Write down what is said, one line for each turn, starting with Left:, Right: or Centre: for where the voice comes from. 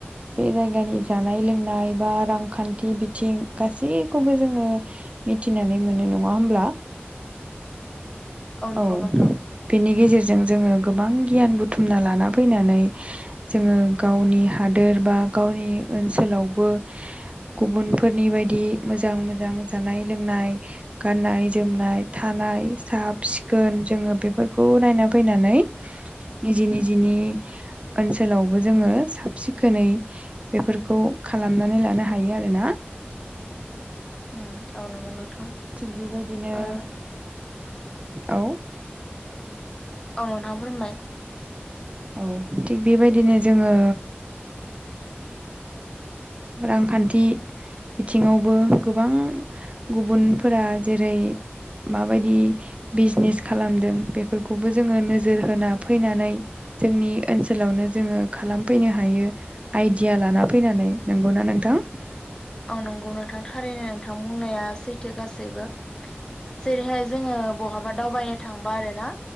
Right: बे जायगानि जानाय लोंनाय बा रांखान्थि बिथिं गासैखौबो जोङो मिथिनानै मोनो नङा होमब्ला?
Left: नंगौ
Right: औ
Left: नोंथां
Right: बिनि गेजेर जों जोङो गोबां गियान बुथुमना लाना फैनानै जों गावनि हादोर बा गावनि ओनसोलावबो गुबुनफोरनि बायदि मोजां मोजां जानाय लोंनाय गाननाय जोमनाय साब सिखोन जोङो बेफोरखौ नायनानै फैनानै निजि निजिनि ओनसोलावबो जोङो साब सिखोनै बेफोरखौ खालामनानै लानो हायो आरोना
Left: उ औ नंगौ नोंथां
Right: थिग बेबायदिनो
Left: ओ
Right: औ
Left: औ नोंथां बुंनाय
Right: औ थिग बेबायदिनो जोङो रांखान्थि बिथिङावबो गोबां गुबुनफोरा जेरै माबायदि बिजनेस खालामदों बेफोरखौबो जोङो नोजोर होना फैनानै जोंनि ओनसोलावनो जोङो खालामफैनो हायो आइडिया लाना फैनानै नंगौना नोंथां औ
Left: औ नंगौ नोंथां थारैनो नोंथां बुंनाया सैथो गासैबो जेरैहाय जोङो बहाबा दावबायनो थांबा आरो ना